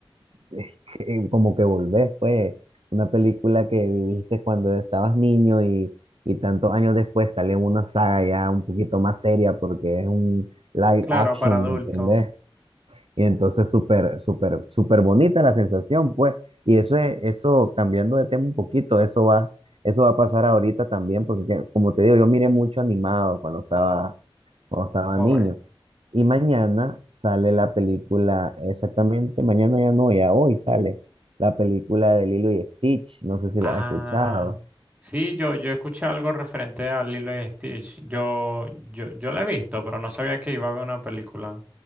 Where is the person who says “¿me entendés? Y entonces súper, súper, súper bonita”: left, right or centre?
Right